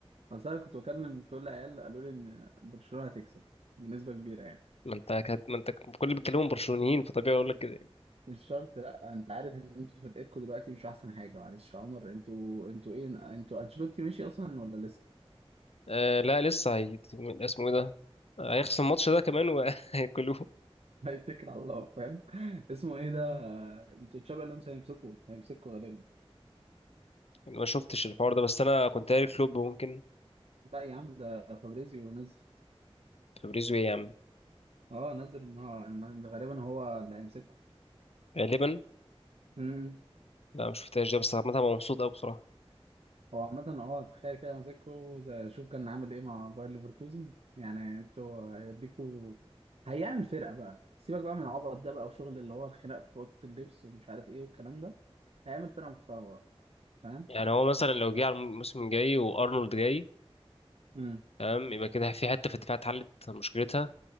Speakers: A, on the right (about 85°); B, on the left (about 75°).
A: اصل انا كنت بكلم كل عيال قالوا لي ان برشلونه هتكسب بنسبه كبيره يعني
B: ما انت كانت ما انت كل اللي بيتكلموا برشلونيين فطبيعي اقول لك كده يعني.
A: مش شرط لا انت عارف ان انتوا فرقتكم دلوقتي مش احسن حاجه معلش يا عمر انتوا انتوا ايه انتوا انشيلوتي مشي اصلا ولا
B: آه لا لسه هي... اسمه ايه ده هيخسر الماتش ده كمان وهياكلوه <laughs>
A: هيتكل على الله فاهم <laughs> اسمه ايه ده انتوا تشابي الونسو هيمسكوا هيمسكوا غالبا
B: أنا ما شفتش الحوار ده بس انا كنت قاري كلوب ممكن
A: لا يا عم ده فابريزيو نزل
B: فابريزو ايه يا عم
A: اه نزل ان هو ان ده غالبا هو اللي هيمسكه
B: غالبا
A: امم
B: لا ما شفتهاش ده بس عامة أنا مبسوط قوي بصراحة
A: هو عامة اه تخيل كده ماسكه زي- شوف كان عامل ايه مع باير ليفركوزن يعني انتوا هيوديكوا هيعمل فرقة بقى سيبك بقى من العبط ده بقى وشغل اللي هو الخناق في أوضة اللبس ومش عارف ايه والكلام ده هيعمل فرقة محترمة بقى فاهم
B: يعني هو مثلا لو جه على الموسم الجاي وارنولد جاي
A: امم
B: تمام يبقى كده في حته في الدفاع اتحلت مشكلتها